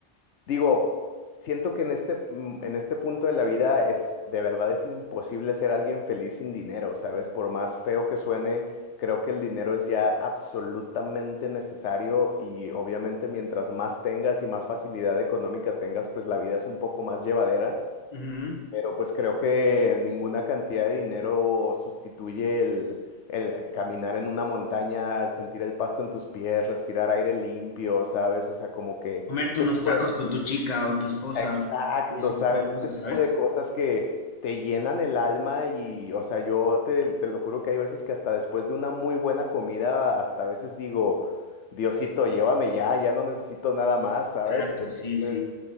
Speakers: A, on the left (about 70°); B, on the left (about 35°).
A: Digo, siento que en este, mm, en este punto de la vida es, de verdad es imposible ser alguien feliz sin dinero, ¿sabes? Por más feo que suene, creo que el dinero es ya absolutamente necesario y obviamente mientras más tengas y más facilidad económica tengas, pues la vida es un poco más llevadera,
B: Ujú.
A: pero pues creo que ninguna cantidad de dinero sustituye el... El caminar en una montaña, sentir el pasto en tus pies, respirar aire limpio, ¿sabes? O sea, como que
B: Comerte
A: este
B: unos
A: tipo
B: tacos
A: de
B: con tu chica o tu esposa
A: Exacto,
B: y ese
A: ¿sabes?
B: tipo de
A: Este
B: cosas,
A: tipo
B: ¿sabes?
A: de cosas que te llenan el alma y, o sea, yo te, te lo juro que hay veces que hasta después de una muy buena comida, hasta a veces digo, Diosito, llévame ya, ya no necesito nada más, ¿sabes?
B: Exacto,
A: Entonces,
B: sí, sí.